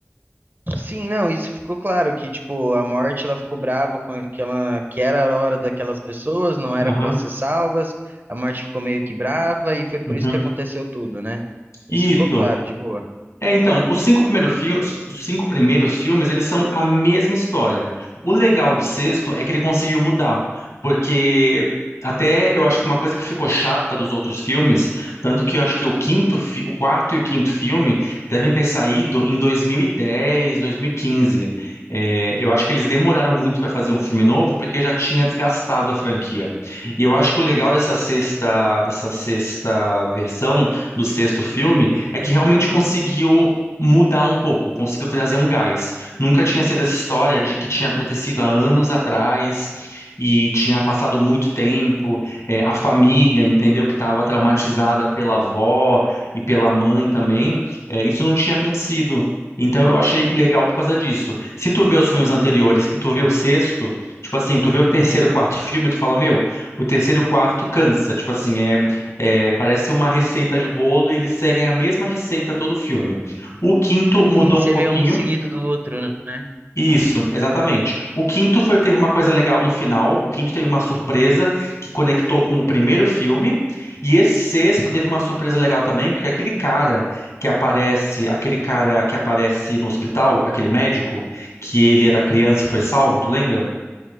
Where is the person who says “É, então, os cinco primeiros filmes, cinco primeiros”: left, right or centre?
Left